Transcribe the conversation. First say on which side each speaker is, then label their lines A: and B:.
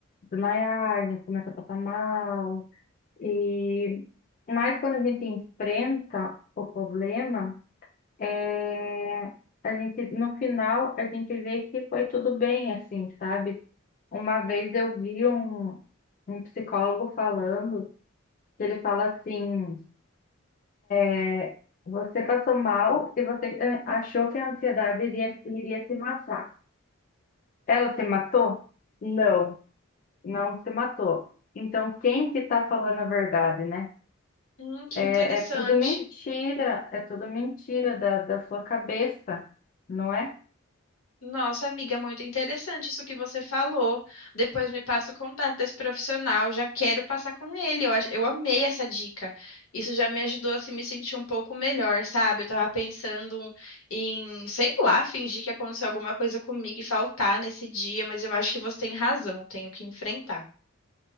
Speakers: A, on the left (about 40°); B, on the left (about 85°).
A: desmaiar, a gente começa a passar mal. E... Mas quando a gente enfrenta o problema, é... a gente, no final, a gente vê que foi tudo bem, assim, sabe? Uma vez eu vi um, um psicólogo falando, que ele fala assim, é você passou mal e você eh, achou que a ansiedade iria, iria se matar. Ela se matou? Não, não se matou. Então, quem que está falando a verdade, né?
B: Hum, que
A: É,
B: interessante.
A: é tudo mentira, é tudo mentira da, da sua cabeça, não é?
B: Nossa, amiga, é muito interessante isso que você falou. Depois me passa o contato desse profissional, já quero passar com ele. Eu, ach- eu amei essa dica. Isso já me ajudou a assim, me sentir um pouco melhor, sabe? Eu tava pensando em, sei lá, fingir que aconteceu alguma coisa comigo e faltar nesse dia, mas eu acho que você tem razão, eu tenho que enfrentar.